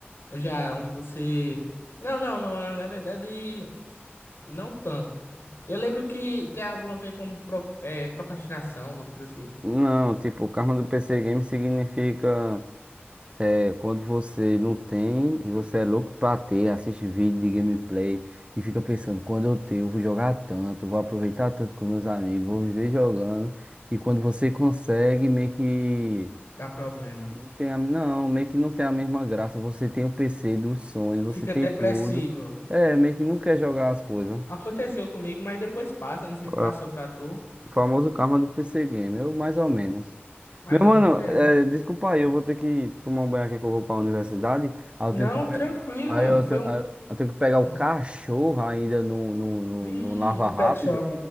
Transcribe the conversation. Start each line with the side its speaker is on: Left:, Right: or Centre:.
Left: Já, onde você. Não, não, não, ah, na verdade, não tanto. Eu lembro que tem algum a ver com pro- é, procrastinação, alguma coisa assim.
Right: Não, tipo, karma do PC Game significa é, quando você não tem e você é louco pra ter, assiste vídeo de gameplay e fica pensando, quando eu ter, eu vou jogar tanto, vou aproveitar tanto com meus amigos, vou viver jogando. E quando você consegue, meio que
Left: Dá problema.
Right: não tem a, não, meio que não tem a mesma graça. Você tem o PC dos sonhos,
Left: Fica
Right: você tem
Left: depressivo.
Right: tudo. É, meio que não quer jogar as coisas.
Left: Aconteceu comigo, mas depois passa. Não sei
Right: É,
Left: se passou pra tu.
Right: o famoso karma do PC Game, eu mais ou
Left: Pro-
Right: menos.
Left: Mais
Right: Meu mano,
Left: ou menos. É.
Right: é, desculpa aí, eu vou ter que tomar um banho aqui que eu vou pra universidade. Aí
Left: Não,
Right: eu tenho que, pe-
Left: tranquilo,
Right: aí
Left: mano.
Right: eu
Left: Foi
Right: tenho,
Left: um.
Right: aí eu tenho que pegar o
Left: Ah,
Right: cachorro ainda no, no,
Left: Vixe,
Right: no, no Lava
Left: um
Right: Rápido,
Left: pet shop.